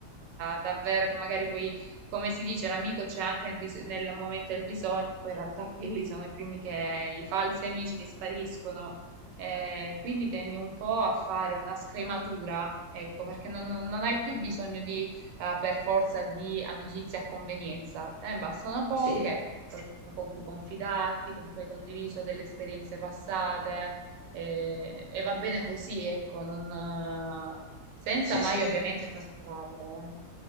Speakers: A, on the right (about 80°); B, on the left (about 75°).
A: davvero, che magari poi, come si dice, l'amico c'è anche nel, bis- nel momento del bisogno, poi in realtà quelli sono i primi che, i falsi amici che spariscono eh, quindi tendi un po' a fare una scrematura, ecco, perché non, non non hai più bisogno di, eh, per forza di amicizie a convenienza, te ne bastano poche,
B: sì,
A: qualcuno con cui confidarti, con cui hai condiviso delle esperienze passate, eh, e va bene così, ecco, non, eh, senza
B: sì,
A: mai
B: sì.
A: ovviamente trascurarle,